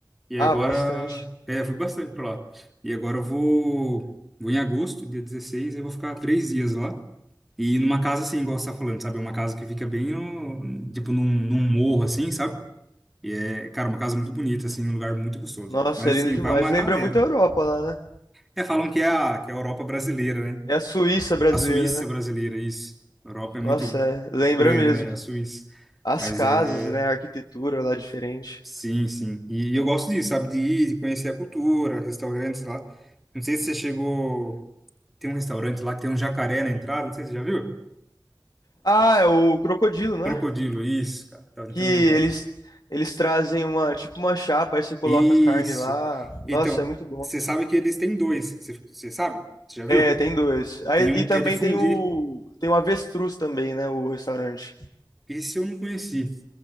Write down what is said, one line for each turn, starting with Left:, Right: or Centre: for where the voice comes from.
Centre: E
Left: Ah,
Centre: agora,
Left: bastante.
Centre: é, fui bastante pra lá. E agora eu vou, vou em agosto, dia 16 eu vou ficar três dias lá. E numa casa assim, igual você tá falando, sabe? É uma casa que fica bem, no, tipo, num, num morro assim, sabe? E é, cara, uma casa muito bonita, assim, um lugar muito gostoso.
Left: Nossa,
Centre: Mas
Left: é lindo
Centre: assim,
Left: demais.
Centre: vai uma
Left: Lembra
Centre: galera.
Left: muito a Europa lá, né?
Centre: É, falam que é a, que é a Europa brasileira, né?
Left: É a Suíça brasileira,
Centre: A Suíça
Left: né?
Centre: brasileira, isso. A Europa é muito,
Left: Nossa, é, lembra
Centre: muito grande,
Left: mesmo.
Centre: né? A Suíça.
Left: As
Centre: Mas
Left: casas,
Centre: é.
Left: né? A arquitetura lá é diferente.
Centre: Sim, sim. E, e eu gosto disso, sabe? De ir, de conhecer a cultura, restaurantes lá. Não sei se você chegou. Tem um restaurante lá que tem um jacaré na entrada, não sei se você já viu.
Left: Ah, é o crocodilo, né?
Centre: Crocodilo, isso, cara. Tava tentando
Left: que eles
Centre: lembrar.
Left: eles trazem uma, tipo uma chapa, aí você coloca
Centre: Isso.
Left: a carne lá. Nossa,
Centre: Então,
Left: é muito bom.
Centre: você sabe que eles têm dois. Você, você sabe? Você já viu?
Left: É, tem dois. Aí,
Centre: Tem um
Left: e também
Centre: que é de fundir.
Left: tem o tem o avestruz também, né, o restaurante.
Centre: Esse eu não conheci,